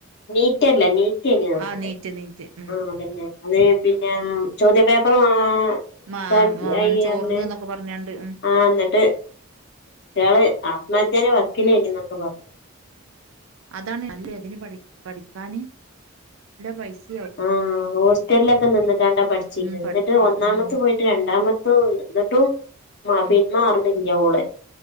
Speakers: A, on the left; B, on the right.
A: നീറ്റല്ലേ നീറ്റ് കൈഞ്ഞ്ന്നാ
B: ആഹ്
A: തോന്ന്ണ്
B: നീറ്റ് നീറ്റ് ഉം
A: ആം അതെന്നെ അത് പിന്നെ ചോദ്യ പേപ്പറ് മാ
B: മാ
A: ഇതാക്കി
B: അങ്ങനെ
A: അയ്യെർന്നേ
B: ചോർന്ന് എന്നൊക്കെ പറഞ്ഞാണ്ട് ഉം
A: ആഹ് ഇന്ന്ട്ട് കുട്ട്യേള് ആത്മഹത്യന്റെ വക്കിലേര്ന്നു എന്നൊക്കെ പറഞ്ഞു
B: അതാണ് അല്ലെ ഇതിന് പഠി പഠിക്കാന് നല്ലെ പൈസേ
A: ആഹ് ഹോസ്റ്റൽലക്ക നിന്ന്കാണ്ടാ പഠിച്ചീന്നത്
B: ഉം പഠിക്ക
A: ഇന്ന്ട്ട് ഒന്നാമത്തെ
B: ഉം
A: പോയി ഇന്ന്ട്ട് രണ്ടാമത്തതും ഇണ്ട് ഇന്ന്ട്ടും മാ
B: ഉം
A: പിൻമാറ്ണില്യ ഓള്